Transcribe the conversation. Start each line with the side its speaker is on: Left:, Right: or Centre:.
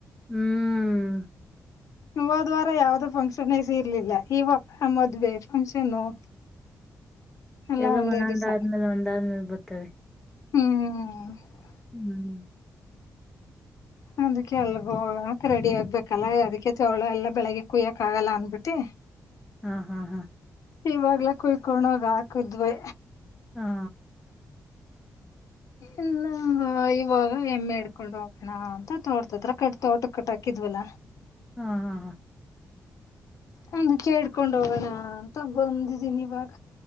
Centre: ಹ್ಮ್
Left: ಹೋದ ವಾರ ಯಾವುದು ಫಂಕ್ಷನ್ ಇರ್ಲಿಲ್ಲ ಇವಾಗ ಮದ್ವೆ ಫಂಕ್ಷನ್. <inaudible> ಎಲ್ಲಾ
Centre: ಎಲ್ಲ
Left: ಒಂದೇ
Centre: ಒಂದೊಂದ್
Left: ದಿವ್ಸ
Centre: ಆದ್ಮೇಲೆ ಒಂದಾದ್ಮೇಲೆ ಬರ್ತವೆ.
Left: ಹ್ಮ್
Centre: ಹ್ಮ್ <inaudible>
Left: ಅದಕ್ಕೆ ಅಲ್ಗ ಹೋಗಕ್ ರೆಡಿ ಆಗ್ಬೇಕಲ್ಲ ಅದಕ್ಕೆ ತ ಅವಳ ಎಲ್ಲಾ ಬೆಳಿಗ್ಗೆ ಕುಯ್ಯಕ್ ಆಗಲ್ಲ ಅಂದಬಿಟ್ಟಿ
Centre: ಹಾ ಹಾ ಹಾ
Left: ಇವಾಗ್ಲೆ ಕುಯ್ಕೊಂಡೋಗ ಹಾಕದ್ವೆ.
Centre: ಹಾ
Left: ಇಲ್ಲ ಇವಾಗ ಹೆಮ್ಮೆ ಹಿಡ್ಕೊಂಡು ಹೋಗೋಣ ಅಂತ ತೋಟದತ್ರ ಕಟ್ ತೋಟ ಕಟಾಕಿದ್ವಲ್ಲ.
Centre: ಹಾ ಹಾ ಹಾ.
Left: ಒಂದ್ ವಿಕ್ಕೆ ಹಿಡ್ಕೊಂಡ್ ಹೋಗಣ ಅಂತ ಬಂದಿದ್ದೀನಿ ಇವಾಗ.